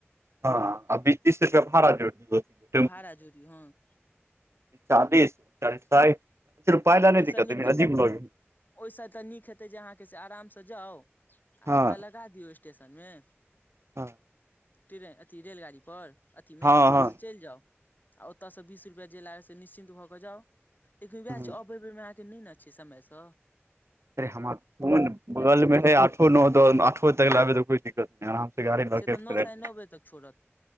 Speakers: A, on the right (about 80°); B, on the left (about 40°).
A: हँ अभी तीस तीस रुपआ भारा जोङ दियो
B: त जोड़ हँ
A: चालीस चालस सा र पाय ल नहि
B: ओहिसँ
A: त कती
B: नीक तऽ
A: अजीब ल
B: ओहिसँ तऽ नीक हेतै जे अहाँके से आरामसँ जाउ आ
A: हँ
B: एतय लक दियौ स्टेशन मे
A: हॅ
B: ट्रेन अथी रेलगाड़ी पर अथी मे
A: हँ
B: ओतय से चलि जाउ आ ओतय से बीस रुपआ जे लागल से निश्चिन्त भऽ के जाउ लेकिन
A: हँ
B: अबे बेर मे आहाँके न ने अछि समय स
A: अरे कोन बगल
B: तीन
A: मे
B: बजे
A: है
B: छै
A: आठ नओ द आठ तक लबे त कोइ दिक्कत नै गाड़ी ल
B: से तऽ नओ साढ़े
A: <inaudible>
B: नओ बजे तक छोड़त